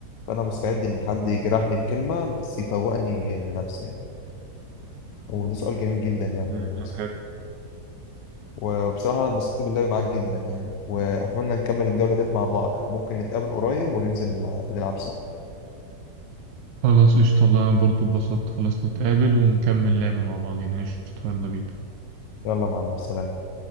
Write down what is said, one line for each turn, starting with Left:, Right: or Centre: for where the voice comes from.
Left: فانا مستعد ان حد يجرحني بكلمه بس يفوقني لنفسي يعني وده سؤال جميل جدا يعني
Right: مم،
Left: بالمناسبه
Right: لا،
Left: وبصراحه انا اتبسطت باللعب معاك جدا يعني واتمنى نكمل الجوله ديت مع بعض يعني ممكن نتقابل قريب وننزل نلعب سوا
Right: خلاص قشطة والله أنا برضه اتبسطت خلاص نتقابل ونكمل لعب مع بعضينا قشطة يلا بينا
Left: يلا مع السلامه